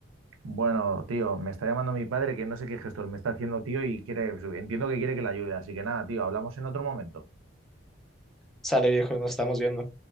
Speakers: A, on the right; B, in the centre.
A: Bueno, tío, me está llamando mi padre que no sé qué gestor me está haciendo, tío, y quiere, entiendo que quiere que le ayude. Así que nada, tío, hablamos en otro momento.
B: Sale viejo, nos estamos viendo.